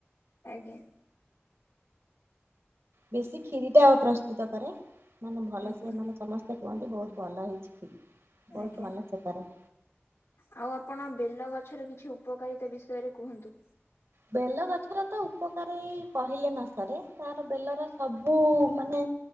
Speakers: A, on the left; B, on the right.
A: ଆଜ୍ଞା।
B: ବେଶୀ କ୍ଷିରିଟା ପ୍ରସ୍ତୁତ କରେ ମାନେ ଭଲସେ
A: ଆଜ୍ଞା
B: ମାନେ ସମସ୍ତେ କୁହନ୍ତି ବହୁତ ଭଲ ହେଇଛି କ୍ଷୀରିବହୁତ
A: ଆଜ୍ଞା
B: ଭଲ କରେ।
A: ଆଉ ଆପଣ ବେଲଗଛର କିଛି ଉପକାରିତା ବିଷୟରେ କୁହନ୍ତୁ।
B: ବେଲ ଗଛର ତ ଉପକାର କହିଲେ ନ ସରେ। ତାର ବେଲର ସବୁ ମାନେ